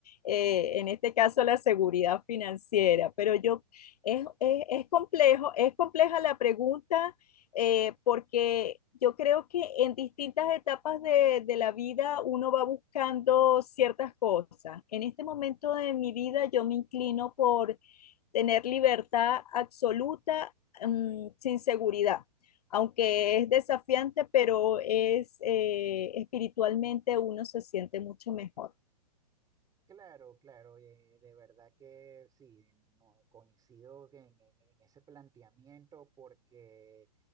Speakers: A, on the left; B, on the right.
A: eh, en este caso la seguridad financiera, pero yo es, es, es complejo, es compleja la pregunta eh, porque yo creo que en distintas etapas de, de la vida uno va buscando ciertas cosas. En este momento de mi vida yo me inclino por tener libertad absoluta um, sin seguridad aunque es desafiante, pero es eh, espiritualmente uno se siente mucho mejor.
B: Claro, claro, eh, de verdad que sí, no, coincido en, en en ese planteamiento porque